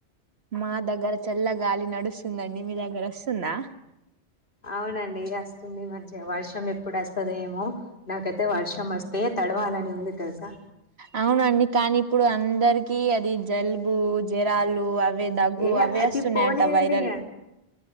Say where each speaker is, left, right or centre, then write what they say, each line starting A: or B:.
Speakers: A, on the right (about 65°); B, on the left (about 50°).
A: మా దగ్గర చల్ల గాలి నడుస్తుందండి మీ దగ్గర వస్తుందా?
B: అవునండి వస్తుంది మంచిగా వర్షం ఎప్పుడు వస్తద ఏమో? నాకైతే వర్షం వస్తే తడవాలని ఉంది తెలుసా?
A: అవునండి కానీ ఇప్పుడు అందరికి అది జలుబు, జరాలు అ అవే దగ్గు
B: ఏ
A: అవే
B: అది
A: వస్తున్నాయంట
B: పోనీయండి
A: వైరల్
B: ఇగ